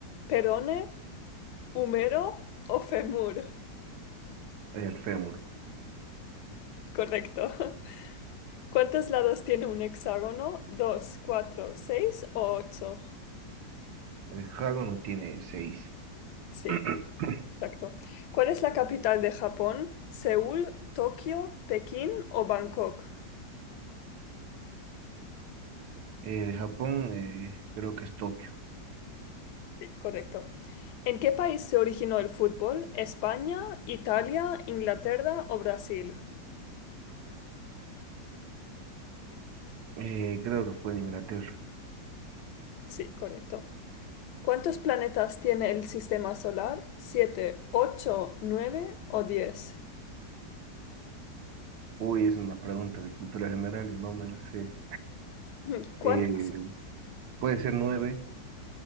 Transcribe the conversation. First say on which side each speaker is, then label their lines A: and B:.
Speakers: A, on the left (about 75°); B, on the right (about 80°).
A: perone, húmero o femur?
B: El fémur.
A: Correcto. <laughs> ¿Cuántos lados tiene un hexágono? ¿Dos, cuatro, seis o ocho?
B: El no tiene seis.
A: Sí.
B: <clears throat>
A: Exacto. ¿Cuál es la capital de Japón? ¿Seúl, Tokio, Pekín o Bangkok?
B: Eh, de Japón, eh, creo que es Tokio. <clears throat>
A: Sí, correcto. ¿En qué país se originó el fútbol? ¿España, Italia, Inglaterra o Brasil?
B: Eh, creo que fue en Inglaterra.
A: Sí, correcto. ¿Cuántos planetas tiene el sistema solar? ¿Siete, ocho, nueve o diez?
B: Uy, es una pregunta de cultura general y no me la sé.
A: <laughs> ¿Cuántos?
B: Eh, puede ser nueve.